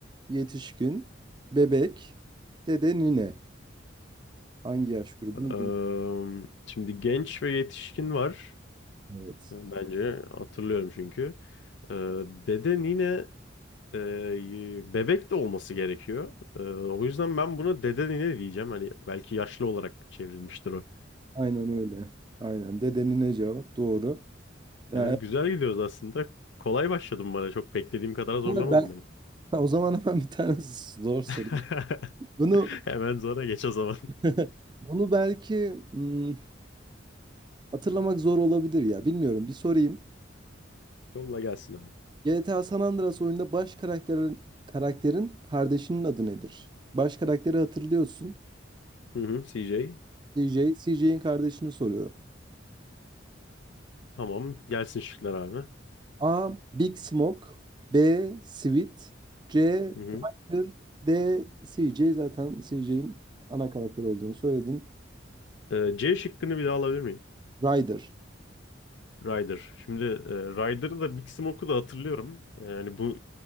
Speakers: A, on the right; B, on the left.
A: yetişkin, bebek, dede, nine. Hangi yaş grubunu
B: Eee,
A: görüyoruz?
B: şimdi genç ve yetişkin var.
A: Evet.
B: Bence hatırlıyorum çünkü. Eee deden yine eee, bebek de olması gerekiyor. Eee, o yüzden ben buna dede nine diyeceğim. Hani belki yaşlı olarak çevrilmiştir o.
A: Aynen öyle. Aynen. Dede, nine cevap. Doğru. Yani,
B: Yani güzel gidiyoruz aslında. Kolay başladım bana. Çok beklediğim kadar zorlamadım
A: ben,
B: benim.
A: o zaman hemen bir tane zor soru.
B: <laughs>
A: Bunu
B: Hemen zora geç o zaman.
A: <laughs> bunu belki hmm, hatırlamak zor olabilir ya. Bilmiyorum. Bir sorayım.
B: Yolla gelsin abi.
A: GTA San Andreas oyunda baş karakterin karakterin kardeşinin adı nedir? Baş karakteri hatırlıyorsun.
B: Hı hı, CJ.
A: CJ, CJ'in kardeşini soruyor.
B: Tamam. Gelsin şıklar abi.
A: A. Big Smoke, B. Sweet, C.
B: Hı hı.
A: Ryder, D. CJ zaten CJ'in ana karakter olduğunu söyledin.
B: Eee, C şıkkını bir daha alabilir miyim?
A: Ryder.
B: Ryder. Şimdi e, Ryder'ı da Big Smoke'u da hatırlıyorum. E, Yani bu